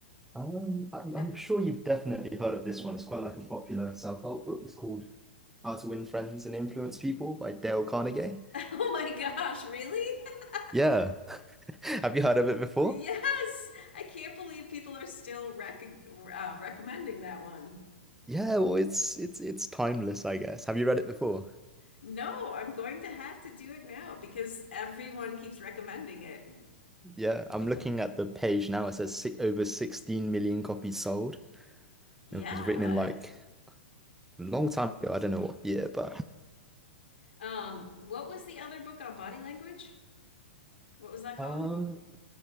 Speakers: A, in the centre; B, on the left.
A: Um, I, I'm
B: Uh,
A: sure you've definitely heard of this one. It's quite like a popular self-help book. It's called How to Win Friends and Influence People by Dale Carnegie.
B: <laughs> oh my gosh, really? <laughs>
A: Yeah. <laughs> Have you heard of it before?
B: Yes, I can't believe people are still rec- uh, recommending that one.
A: Yeah, well, it's it's it's timeless, I guess. Have you read it before?
B: No, I'm going to have to do it now because everyone keeps recommending it.
A: Yeah, I'm looking at the page now. It says si over 16 million copies sold.
B: Yeah.
A: It was written in like a long time ago. I don't know what year, but
B: Um, what was the other book on body language? What was that called?
A: um,